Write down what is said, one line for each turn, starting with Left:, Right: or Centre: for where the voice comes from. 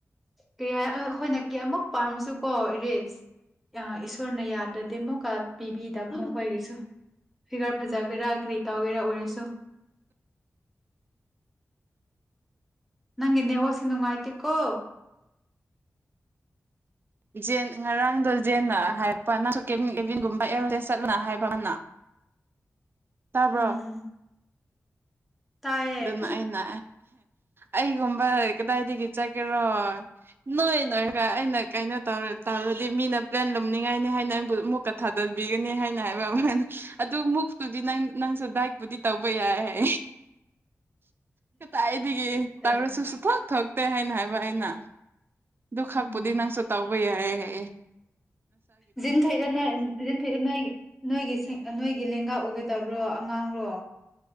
Centre: ꯀꯩ ꯍꯥꯏ ꯑꯩꯈꯣꯏꯅ ꯀꯌꯥꯃꯨꯛ ꯄꯥꯝꯃꯁꯨꯀꯣ ꯏꯔꯤꯁ ꯌꯥ ꯏꯁꯣꯔꯅ ꯌꯥꯗ꯭ꯔꯗꯤ ꯑꯃꯨꯛꯀ ꯄꯤꯕꯤꯗꯕꯅꯤ ꯑꯩꯈꯣꯏꯒꯤꯁꯨ ꯐꯤꯒꯥꯔ ꯐꯖꯒꯦꯔꯥ ꯀ꯭ꯔꯤ ꯇꯧꯒꯦꯔꯥ ꯑꯣꯏꯔꯁꯨ
Right: <inaudible>
Centre: ꯅꯪꯒꯤ ꯅꯦꯠꯋꯥꯛꯁꯦ ꯅꯨꯡꯉꯥꯏꯇꯦꯀꯣ
Right: ꯖꯦꯟ ꯉꯔꯥꯡꯗꯣ ꯖꯦꯟꯅ ꯍꯥꯏꯔꯛꯄ ꯅꯪ ꯀꯦꯚꯤꯟ ꯀꯦꯚꯤꯟꯒꯨꯝꯕ ꯑꯦꯌꯔ ꯍꯣꯁꯇꯦꯁ ꯆꯠꯅꯉꯥꯢ ꯍꯥꯏꯕ ꯃꯥꯅ ꯇꯥꯕ꯭ꯔꯣ
Centre: ꯎꯝ ꯇꯥꯏꯌꯦ
Right: ꯑꯗꯨꯅ ꯑꯩꯅ ꯑꯩꯒꯨꯝꯕ ꯀꯗꯥꯏꯗꯒꯤ ꯆꯠꯀꯦꯔꯣ ꯅꯣꯏ ꯅꯣꯏꯒ ꯑꯩꯅ ꯀꯩꯅꯣ ꯇꯧꯔ ꯇꯧꯔꯗꯤ ꯃꯤꯅ ꯄ꯭ꯂꯦꯟ ꯂꯨꯝꯅꯤꯡꯉꯥꯏꯅꯤ ꯍꯥꯏꯅ ꯑꯩꯕꯨ ꯑꯃꯨꯛꯀ ꯊꯥꯗꯕꯤꯒꯅꯤ ꯍꯥꯏꯅ ꯍꯥꯏꯕ ꯃꯥꯅ ꯑꯗꯨ ꯃꯨꯛꯇꯨꯗꯤ ꯅꯪ ꯅꯪꯁꯨ ꯗꯥꯏꯠꯄꯨꯗꯤ ꯇꯧꯕ ꯌꯥꯏ ꯍꯥꯏ ꯀꯇꯥꯏꯗꯒꯤ
Centre: ꯇꯥꯔꯦ
Right: ꯇꯧꯔꯁꯨ ꯁꯨꯛ ꯊꯛ ꯊꯛꯇꯦ ꯍꯥꯏꯅ ꯍꯥꯏꯕ ꯑꯩꯅ ꯗꯨ ꯈꯛꯄꯨꯗꯤ
Centre: ꯎꯝ
Right: ꯅꯪꯁꯨ ꯇꯥꯎꯕ ꯌꯥꯏꯑꯦ ꯍꯥꯏꯑꯦ
Centre: ꯖꯤꯟ ꯊꯣꯏꯒ ꯅꯣꯏ ꯖꯤꯟꯊꯣꯏꯒ ꯅꯣꯏ ꯅꯣꯏꯒꯤ ꯂꯦꯡꯒꯥ ꯑꯣꯏꯒꯗꯕ꯭ꯔꯣ ꯑꯉꯥꯡꯔꯣ